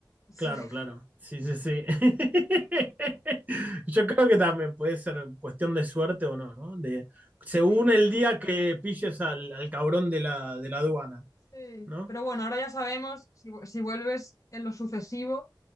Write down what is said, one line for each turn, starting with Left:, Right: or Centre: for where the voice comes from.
Left: <laughs>
Right: Claro, claro. Sí, sí, sí. <laughs> Yo creo que también puede ser cuestión de suerte o no, ¿no? De, según
Left: Sí.
Right: el día que pilles al, al cabrón de la, de la aduana,
Left: Sí.
Right: ¿no?
Left: Pero bueno, ahora ya sabemos, si, vu- si vuelves en lo sucesivo,